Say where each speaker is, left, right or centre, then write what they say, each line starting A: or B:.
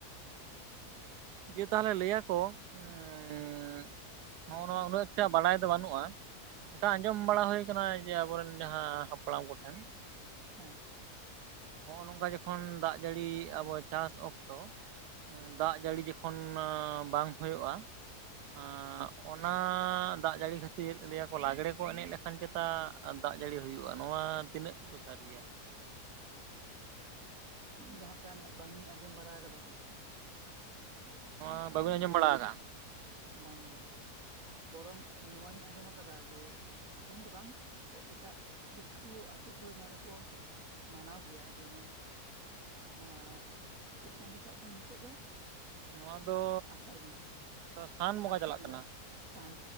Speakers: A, on the right; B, on the right.
A: ᱫᱤᱭᱮ ᱛᱟᱦᱚᱞᱮ ᱞᱟᱹᱭᱟᱠᱚ, ᱮᱸᱜᱻ
B: ᱦᱮᱸ
A: ᱱᱚᱜ-ᱚ ᱱᱚᱣᱟ ᱩᱱᱟᱹᱜ ᱮᱠᱴᱟ ᱵᱟᱲᱟᱭ ᱫᱚ ᱵᱟᱹᱱᱩᱜ-ᱟ ᱾ ᱚᱱᱠᱟ ᱟᱸᱡᱚᱢ ᱵᱟᱲᱟ ᱦᱩᱭ ᱠᱟᱱᱟ ᱡᱮ ᱟᱵᱚ ᱨᱮᱱ ᱡᱟᱦᱟᱸ ᱦᱟᱯᱲᱟᱢ ᱠᱚᱴᱷᱮᱱ ᱾
B: ᱦᱮᱸ ᱾
A: ᱱᱚᱜᱼᱚ ᱱᱚᱝᱠᱟ ᱡᱚᱠᱷᱚᱱ ᱫᱟᱜ ᱡᱟᱹᱲᱤ ᱟᱵᱚ ᱪᱟᱥ ᱚᱠᱛᱚ ᱟ ᱫᱟᱜ ᱡᱟᱹᱲᱤ ᱡᱚᱠᱷᱚᱱ ᱢᱟ ᱵᱟᱝ ᱦᱩᱭᱩᱜ-ᱟ ᱾ ᱟᱸ ᱚᱱᱟ ᱫᱟᱜ ᱡᱟᱹᱲᱤ ᱠᱷᱟᱹᱛᱤᱨ ᱞᱟᱹᱭᱟᱠᱚ ᱞᱟᱜᱽᱲᱮ ᱠᱚ ᱮᱱᱮᱡ ᱞᱮᱠᱷᱟᱱ ᱪᱮᱛᱟ ᱟᱨ ᱫᱟᱜ ᱡᱟᱹᱲᱤ ᱦᱩᱭᱩᱜ-ᱟ, ᱱᱚᱣᱟ ᱛᱤᱱᱟᱹᱜ ᱛᱩᱠᱩ ᱥᱟᱹᱨᱤᱭᱟ?
B: ᱟᱪᱪᱷᱟ ᱤᱧ ᱫᱚ ᱦᱟᱸᱜ ᱠᱷᱟᱱ ᱵᱟᱝ ᱤᱧ ᱟᱸᱡᱚᱢ ᱵᱟᱲᱟ ᱟᱠᱟᱫᱟ ᱛᱤᱥ ᱦᱚᱸ ᱾ ᱟᱫᱚ ᱦᱟᱸᱜ
A: ᱱᱚᱣᱟ
B: ᱠᱷᱟᱱ
A: ᱵᱟᱹᱵᱤᱱ
B: ᱵᱟᱝᱤᱧ
A: ᱟᱸᱡᱚᱢ
B: ᱞᱟᱹᱭ
A: ᱵᱟᱲᱟ
B: ᱫᱟᱲᱮᱭᱟᱜ
A: ᱟᱠᱟᱜᱼᱟ?
B: ᱠᱟᱱᱟ, ᱵᱟᱝᱜᱮ ᱾ ᱵᱚᱨᱚᱝ ᱱᱚᱣᱟᱧ ᱟᱸᱡᱚᱢ ᱠᱟᱫᱟ ᱡᱮ ᱟᱸᱡᱚᱢ ᱫᱚ ᱵᱟᱝ ᱾ ᱮᱴᱟᱜ ᱠᱤᱪᱷᱩ ᱟᱛᱩ ᱠᱚᱨᱮ ᱱᱚᱣᱟ ᱫᱚᱠᱚ ᱢᱟᱱᱟᱣ ᱜᱮᱭᱟ ᱾ ᱡᱮᱢᱚᱱ
A: <inaudible>
B: ᱱᱚᱣᱟ ᱪᱮᱫ ᱪᱟᱸᱫᱳ ᱪᱟᱜ ᱠᱟᱱᱟ ᱱᱤᱛᱚᱜ ᱫᱚ?
A: ᱱᱚᱣᱟ ᱫᱚ
B: ᱟᱥᱟᱲ ᱵᱚᱸᱜᱟ,
A: ᱥᱟᱱ ᱵᱚᱸᱜᱟ
B: ᱟᱥᱟᱲᱤᱭᱟᱹ
A: ᱪᱟᱞᱟᱜ ᱠᱟᱱᱟ
B: ᱥᱟᱱ